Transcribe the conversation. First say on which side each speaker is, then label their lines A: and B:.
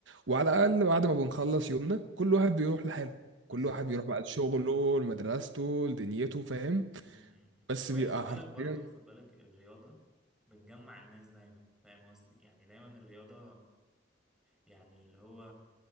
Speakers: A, on the right; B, in the centre.
A: وعلى الاقل بعد ما بنخلص يومنا كل واحد بيروح لحاله
B: بالظبط
A: كل واحد بيروح بقى لشغله لمدرسته لدنيته فاهم
B: مم. مم. مم.
A: بس
B: وهي
A: بيبقى
B: خد بالك
A: حرفيا
B: برضو خد بالك الرياضه بتجمع الناس دايما فاهم قصدي يعني دايما الرياضه يعني اللي هو